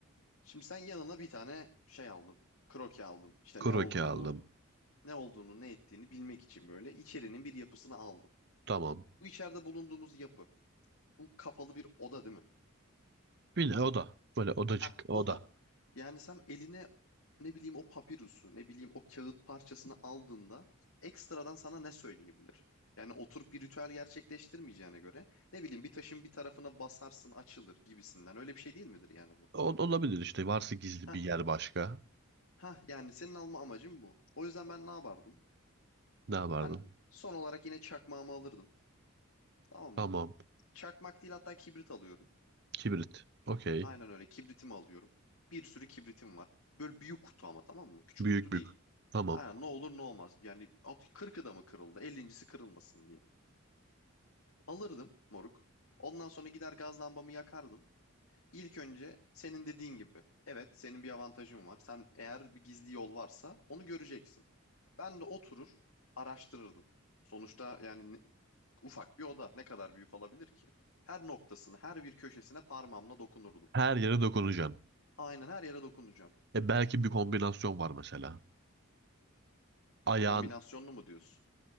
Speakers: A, on the left; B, on the right.
A: Şimdi sen yanına bir tane şey aldın. Kroki aldın. İşte
B: Kroki
A: ne olduğunu
B: aldım.
A: ne olduğunu ne ettiğini bilmek için böyle içerinin bir yapısını aldın.
B: Tamam.
A: Bu içeride bulunduğumuz yapı. Bu kapalı bir oda değil mi?
B: Bir de oda. Böyle odacık.
A: Ha
B: Oda.
A: o da. Yani sen eline ne bileyim o papirusu, ne bileyim o kağıt parçasını aldığında ekstradan sana ne söyleyebilir? Yani oturup bir ritüel gerçekleştirmeyeceğine göre ne bileyim bir taşın bir tarafına basarsın açılır gibisinden öyle bir şey değil midir yani bu?
B: O, olabilir işte. Varsa gizli
A: Ha
B: bir yer başka.
A: ha yani senin alma amacın bu. O yüzden ben ne yapardım?
B: Ne yapardım?
A: Ben son olarak yine çakmağımı alırdım. Tamam
B: Tamam.
A: mı? Çakmak değil hatta kibrit alıyorum.
B: Kibrit. Okey.
A: Aynen öyle kibritimi alıyorum. Bir sürü kibritim var. Böyle büyük kutu ama tamam mı? Küçük
B: Büyük
A: kutu
B: büyük.
A: değil.
B: Tamam.
A: Aynen ne olur ne olmaz. Yani at 40'ı da mı kırıldı? 50.si kırılmasın diye. Alırdım moruk. Ondan sonra gider gaz lambamı yakardım. İlk önce senin dediğin gibi. Evet senin bir avantajın var. Sen eğer bir gizli yol varsa onu göreceksin. Ben de oturur araştırırdım. Sonuçta yani ne- ufak bir oda ne kadar büyük olabilir ki? Her noktasını, her bir köşesine parmağımla dokunurdum.
B: Her yere dokunacaksın.
A: Aynen her yere dokunacağım.
B: E belki bir kombinasyon var mesela. ayağın
A: Kombinasyonlu mu diyorsun?